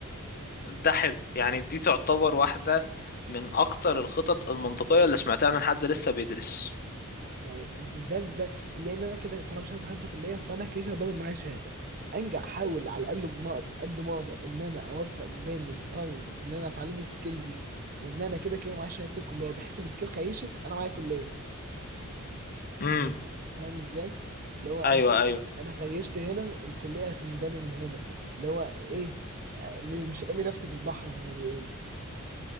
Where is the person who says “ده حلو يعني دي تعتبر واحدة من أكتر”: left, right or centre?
Left